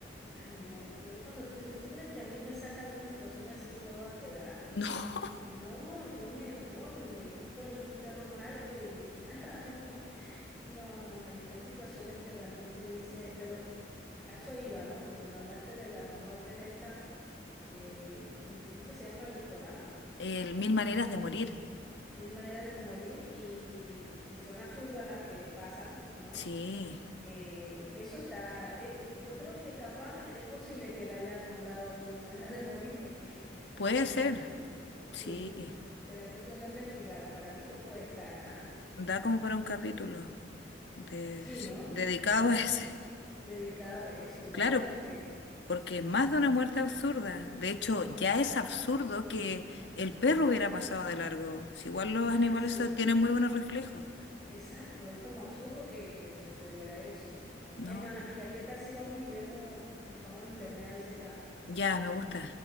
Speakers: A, in the centre; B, on the left (about 75°).
A: ay, no, y tú- es cuando tú dices, ¿tú crees que a mí me sacan de una situación así, yo me voy a quedar?
B: <laughs> No,
A: No, yo me voy y me busco el cerro más alto y <laughs> nada, me voy. No, no, hay, hay situaciones que realmente dice, pero a eso iba, ¿no? Como me hablaste de las muertes estas, eh, que se- ¿cómo que se llama el programa?
B: el mil maneras de morir.
A: Mil maneras de morir y, y son absurdas las que pasan, ¿no?
B: Sí,
A: Eh, eso está, eh, yo creo que capaz es posible que la hayan nombrado ahí en Mil maneras de morir porque <laughs>
B: puede
A: es súper
B: ser,
A: absurdo. <laughs> Sí,
B: sí.
A: sería cuestión de investigar. Para mí que puede estar, ¿ah?
B: Da como para un capítulo de-
A: Sí, ¿no?
B: dedicado
A: Da-
B: a ese.
A: dedicado a eso, imagínate.
B: Claro, Porque es más de una muerte absurda. De hecho, ya es absurdo que el perro hubiera pasado de largo. Si igual los
A: Ay,
B: animales
A: sí.
B: so- tienen muy buenos reflejos.
A: Exacto, es como absurdo que, que sucediera eso.
B: No,
A: Es más, amiga, ¿qué tal si vamos y vemos, buscamos en internet a ver si está?
B: ya me gusta.